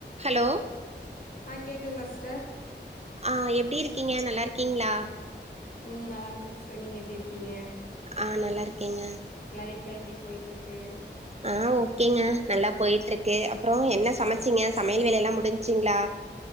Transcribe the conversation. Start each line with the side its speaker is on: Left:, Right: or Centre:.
Right: hello
Left: ஆ கேக்துங்லா sister
Right: ஆ எப்டி ஊருக்கீங்க நல்லா இருக்கீங்ளா
Left: ம் நல்லாருக்க சிஸ்ட்டர் நீங்க எப்டி இருக்கீங்க
Right: ஆ நல்லாருக்கேங்க
Left: லைஃப்லா எப்டி போய்ட்டு ருக்கு
Right: ஆ ஓகேங்க நல்லா போயிட்டு ருக்கு அப்புறோ என்ன சமைச்சிங்க சமையல் வேலையல்லா முடிஞ்சிங்களா